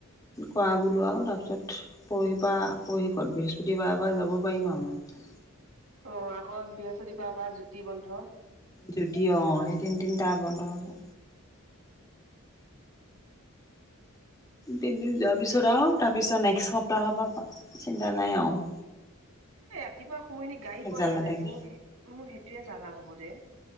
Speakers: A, on the left; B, on the right.
A: কৰা বোলো আৰু তাৰপিছত পৰহি পৰা পৰহি ক'ত বৃহস্পতিবাৰৰ পৰা যাব পাৰিম আৰু মই
B: অ আকৌ বৃহস্পতি পাৰ বা জ্যোতি বন্ধ
A: জ্যোতি অ সেই তিনিদিন তাৰ বন্ধ হ'ব তিনিদিন যোৱাৰ পিছত আৰু তাৰ পিছত নেক্সট সপ্তাহৰ পৰা চিন্তা নাই আৰু
B: এই ৰাতিপুৱা সময়খিনি গাড়ী
A: ভেজাল
B: পোৱা নাযায়
A: নাথাকে
B: মোৰ মোৰ সেইটোয়ে জালা হ'ব ৰে